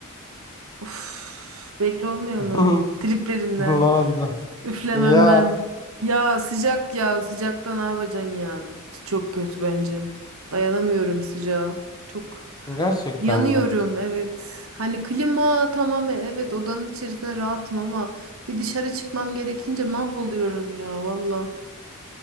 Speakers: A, on the right; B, on the left.
A: Of, belli olmuyor
B: <laughs>
A: mu? Triplerimden,
B: Ne oldu?
A: üflememden.
B: Ya
A: Ya sıcak ya sıcakta ne yapacaksın ya? Çok kötü bence. Dayanamıyorum sıcağa. Çok
B: gerçekten
A: yanıyorum
B: mi?
A: evet. Hani klima tamam evet odanın içerisinde rahatım ama bir dışarı çıkmam gerekince mahvoluyorum ya valla.